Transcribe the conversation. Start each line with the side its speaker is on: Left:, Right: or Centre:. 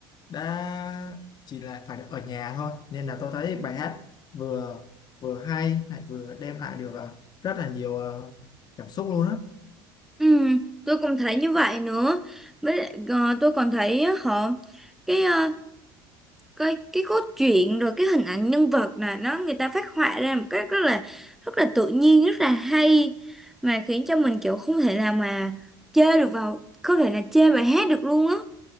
Left: đã chỉ là phải ở nhà thôi nên là tôi thấy bài hát vừa vừa hay lại vừa đem lại được ờ, rất là nhiều ờ, cảm xúc luôn á
Centre: ừ. tôi cũng thấy như vậy nữa với lại ờ, tôi còn thấy á, họ cái ờ, cái cái cốt truyện rồi cái hình ảnh nhân vật là nó người ta phát họa ra một cách rất là rất là tự nhiên rất là hay mà khiến cho mình kiểu không thể nào mà chê được vào không thể là chê bài hát được luôn á